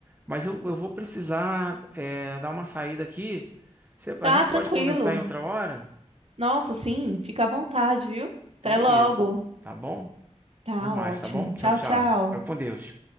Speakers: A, on the right; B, on the right.
A: mas eu, eu vou precisar é, dar uma saída aqui. Você-
B: Tá
A: a gente
B: tranquilo.
A: pode conversar em outra hora?
B: Nossa, sim, fica à vontade, viu?
A: Então,
B: Até
A: beleza.
B: logo.
A: Tá bom?
B: Tá
A: Até mais,
B: ótimo.
A: tá bom? Tchau,
B: Tchau,
A: tchau.
B: tchau.
A: Fica com Deus.